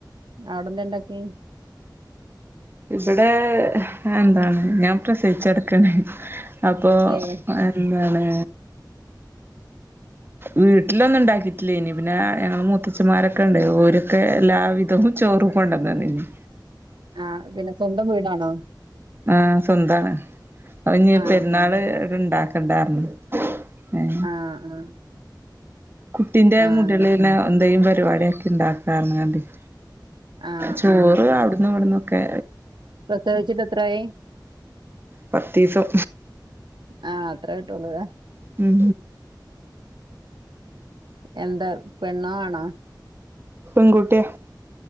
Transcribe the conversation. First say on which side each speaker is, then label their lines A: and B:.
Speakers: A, on the right; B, on the right.
A: അവിടെന്താണ്ടാക്കിയെ
B: ഇവിടെ എന്താണ് ഞാൻ പ്രസവിച്ചുകിടക്കാണ് അപ്പോ
A: ഏഹ്
B: എന്താണ് വീട്ടിലൊന്നുംണ്ടാക്കിറ്റില്ലേയിനിം പിന്നെ ഞങ്ങള് മൂത്തച്ഛന്മാരൊക്കെണ്ട് ഓരൊക്കെ എല്ലാവിധം ചോറ് കൊണ്ടന്നന്നിനിം
A: ആ പിന്നെസ്വന്തംവീടാണോ
B: ആ സ്വന്താണ് അപ്പോഞ്
A: ആഹ്
B: പെരുന്നാള്
A: ആഹ്
B: ഇവിടെണ്ടാക്കണ്ടാറഞ്ജിനിം ഏ
A: ആഹ് ആഹ്
B: കുട്ടിന്റെമുടിയളേൽന്
A: ആഹ്
B: എന്തേലും പരിവാടിയാക്കിണ്ടാകാർനാണ്ടെയ്
A: ആഹ്
B: ചോറ് അവിട്ന്നുംവിട്ന്നൊക്കെ
A: പ്രസവിച്ചിട്ടെത്രായി
B: പത്തീസം
A: ആ അത്ര ആയിട്ടൊള്ളുലെ
B: ഉം
A: എന്താ പെണ്ണാആണാ
B: പെങ്കുട്ടിയ